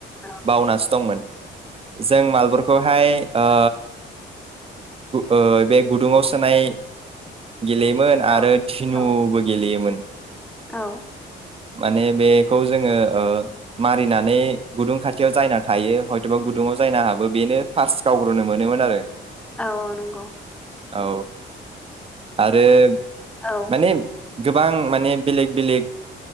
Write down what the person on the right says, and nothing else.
बावनासो दंमोन। जों मालबरखौहाय ओ। गु ओ बे गुदुङाव सोनाय। गेलेयोमोन आरो
थिनुबो
गेलेयोमोन। <inaudible>
माने बेखौ जोङो। ओ मारिनानै गुदुं खाथियाव जायना थायो हयथ'बा गुदुंङाव जायना हाबो बेनो फार्स्ट गावग्रोनो मोनोमोन आरो।
औ आरो।
माने गोबां माने। बेलेग बेलेग।